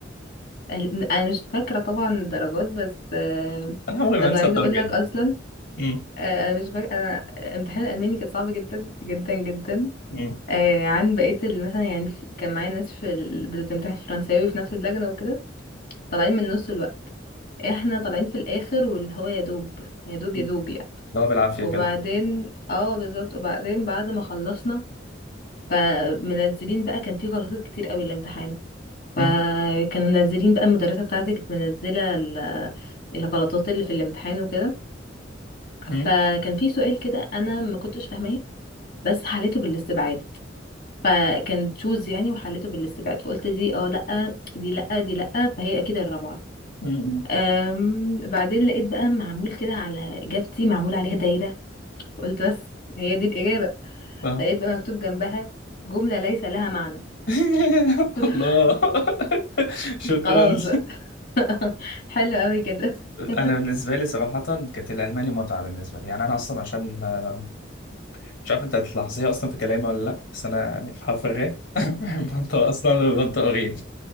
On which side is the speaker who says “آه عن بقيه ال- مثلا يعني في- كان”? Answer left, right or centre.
Left